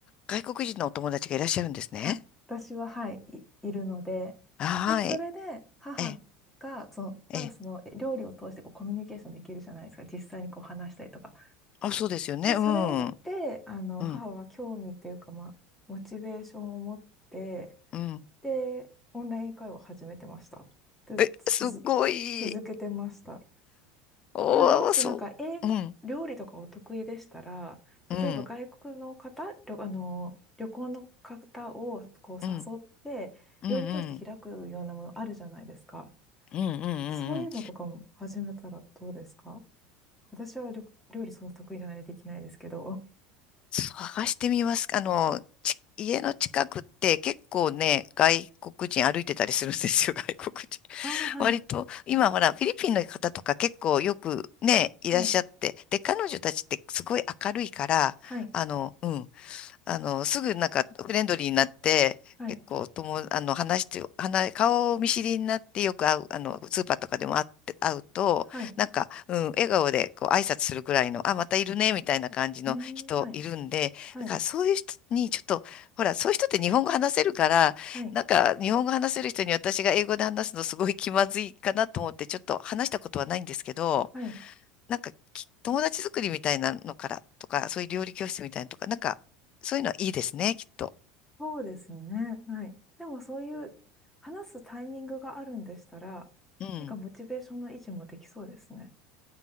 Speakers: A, on the left; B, in the centre.
A: 外国人のお友達がいらっしゃるんですね。
B: あ、私は、はい、い、いるので、
A: はい。
B: で、それで母が、
A: ええ、
B: その、
A: ええ。
B: まあ、そのえ料理を通してこうコミュニケーションできるじゃないですか、実際にこう話したりとか。
A: あ、そうですよね。
B: で、それで、
A: うん。
B: あの、
A: うん。
B: 母は興味というか、まあ、モチベーションを持って、
A: うん。
B: で、オンライン英会話を始めてました。で、
A: え、
B: つづ、
A: すごい。
B: 続けてました。
A: おお、
B: なんで、もしなんか、
A: そう。
B: え、
A: うん。
B: 料理とかお得意でしたら、
A: うん。
B: 例えば外国の方、旅、あの、旅行の方をこう誘って、
A: うん。うん。
B: 料理教室開くようなものあるじゃないですか。
A: うん。うん。うん。うんうん
B: そういうのとかも始めたらどうですか私は料料理そんな得意じゃないでできないですけど。
A: 探してみます。あの、ち、家の近くって結構ね、外国人歩いてたりするんですよ、<laughs> 外国人。
B: ああ、はい、
A: 割と、今ほら、フィリピンの方とか結構よくね、いらっしゃって。
B: はい、
A: で、彼女たちってすごい明るいから、
B: はい、
A: あの、うん。あの、すぐなんかフレンドリーになって、
B: はい、
A: 結構とも、あの、話して、話、顔見知りになってよく会う、あの、スーパーとかでも会って、会うと、
B: はい、
A: なんか、うん、笑顔でこう挨拶するぐらいの、あ、またいるね、みたいな感じの人いるんで、
B: えー、はい、はい、
A: だからそういう人にちょっと、ほら、そういう人って日本語話せるから、
B: はい、
A: なんか、日本語話せる人に私が英語で話すのすごい気まずいかなと思って、ちょっと話したことはないんですけど、
B: はい。
A: なんかき友達作りみたいなのからとか、そういう料理教室みたいなのとか、なんかそういうのはいいですね、きっと。
B: そうですね。はい。でもそういう話すタイミングがあるんでしたら、
A: うん。
B: 何かモチベーションの維持もできそうですね。